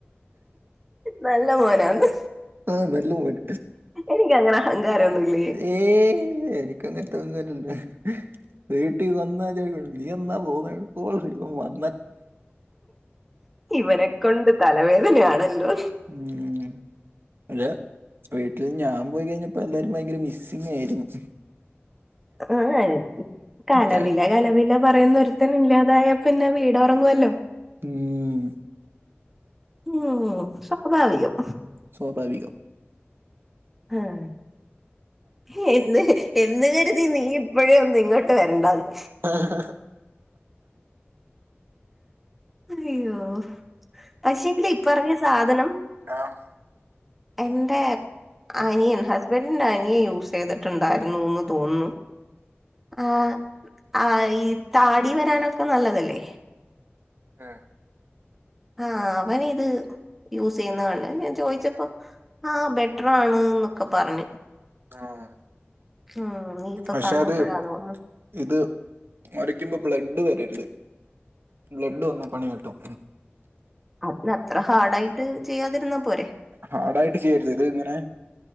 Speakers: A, in the centre; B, on the right.
A: നല്ല മോനാന്ന്
B: ആ നല്ല മോൻ
A: എനിക്കങ്ങനെ അഹങ്കാരം ഒന്നുമില്ലേ
B: ഏയ് എനിക്കങ്ങനെ തോന്നലല്ലോ വീട്ടി വന്ന നീ എന്നാ പോകുന്ന <unintelligible>
A: ഇവനെ കൊണ്ട് തലവേദനയാണല്ലോ
B: ഉം അല്ല വീട്ടിൽ ഞാൻ പോയി കഴിഞ്ഞപ്പോ എല്ലാരും ഭയങ്കര മിസ്സിങ്ങായിരുന്നു.
A: ഏഹ് കലപില
B: ച-
A: കലപില പറയുന്നൊര്ത്തന്ല്ലാതായ പിന്നെ ആ വീടൊറങ്ങോല്ലോ
B: ഉം
A: ഉം സ്വാഭാവികം
B: സ്വാഭാവികം
A: ആഹ് ന്ന എന്ന് എന്ന് കരുതി നീ ഇപ്പഴേ ഒന്ന് ഇങ്ങോട്ട് വരെണ്ടാന്ന്
B: ആഹ്
A: അയ്യോ പക്ഷെങ്കില് ഇ പ്പറഞ്ഞ സാധനം
B: ആഹ്
A: എന്റേ അനിയൻ ഹസ്ബൻഡിന്റെ അനിയെ യൂസയ്തിട്ടുണ്ടായിരുന്നുന്ന് തോന്നുന്നു ആഹ് ആ ഈ താടി വരാനൊക്കെ നല്ലതല്ലേ
B: ആഹ്
A: ആഹ് അവനിത് യൂസീയ്യ്ന്നത് കണ്ട് ഞാൻ ചോദിച്ചപ്പോ ആഹ് ബെറ്ററാണ്ന്നൊക്കെ പറഞ്ഞു
B: ആഹ്
A: ഉം നീ ഇപ്പൊ
B: പക്ഷെ
A: പറഞ്ഞപ്പഴാ
B: അത്
A: അതോർമ്മ
B: ഇത് മറിക്കുമ്പോ ബ്ലഡ് വരരുത് ബ്ലഡ് വന്നാ പണി കിട്ടും
A: അപ്പൊ അത്ര ഹാർഡായിട്ട് ചെയ്യാതിരുന്നാ പോരെ
B: ഹാടായിട്ട് ചെയ്യരുത് ഇത്ങ്ങനെ